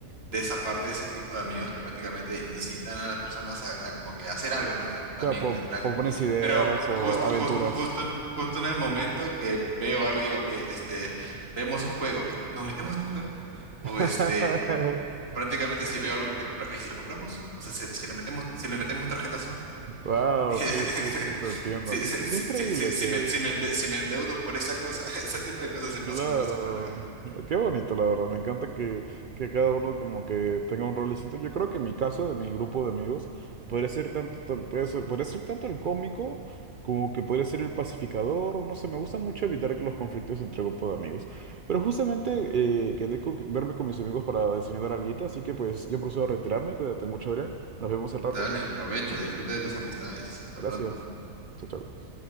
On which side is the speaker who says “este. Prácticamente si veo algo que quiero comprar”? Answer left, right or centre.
Right